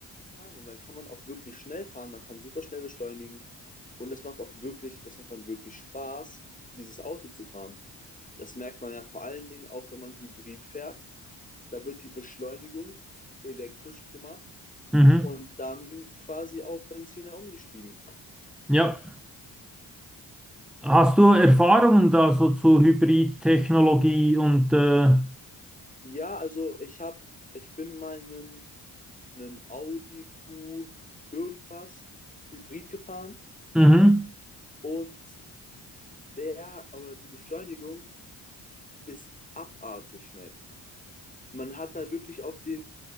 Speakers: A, on the left; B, in the centre.
A: fahren. Und dann kann man auch wirklich schnell fahren, man kann super schnell beschleunigen und es macht auch wirklich, es macht dann wirklich Spaß, dieses Auto zu fahren. Das merkt man ja vor allen Dingen auch, wenn man Hybrid fährt. Da wird die Beschleunigung elektrisch gemacht
B: mhm,
A: und dann quasi auf Benziner umgestiegen.
B: ja. Hast du Erfahrungen da so zu Hybridtechnologie und äh,
A: Ja, also ich habe, ich bin mal einen einen Audi Q irgendwas Hybrid gefahren
B: mhm,
A: und der oder die Beschleunigung ist abartig schnell. Man hat da wirklich auf den,